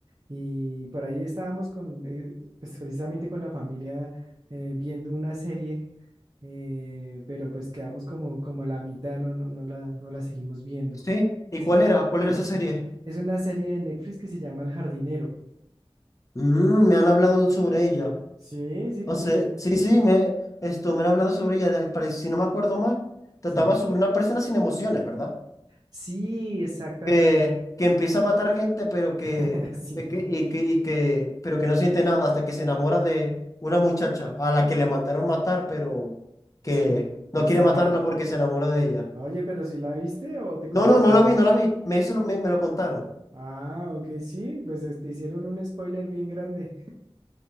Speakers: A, on the right; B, on the left.
A: Y por ahí estábamos con, eh, pues precisamente con la familia eh, viendo una serie, eh, pero pues quedamos como, como a la mitad, no, no, no la, no la seguimos viendo.
B: ¿Sí? ¿Y
A: Sí,
B: cuál era? ¿Cuál era
A: <clears throat>
B: esa serie?
A: es una serie de Netflix que se llama El Jardinero.
B: Mm, me han hablado sobre ella.
A: Sí, sí,
B: O sea,
A: sí. la-
B: sí, sí, me, esto, me han hablado sobre ella. Del, pare- si no me acuerdo mal, trataba
A: Sí.
B: sobre una persona sin emociones, ¿verdad?
A: Sí, exactamente.
B: Que, que empieza a matar gente, pero que,
A: <laughs> Sí,
B: que, y que, y que, pero que no siente nada hasta que se enamora de una muchacha a la que le mandaron matar, pero
A: sí,
B: que no
A: exacto.
B: quiere matarla porque se enamora de ella.
A: Oye, pero si la viste o te contaron?
B: No, no, no la vi, no la vi. Me, eso lo- me, me lo contaron.
A: Ah, ok, sí, pues eh, te hicieron un spoiler bien grande.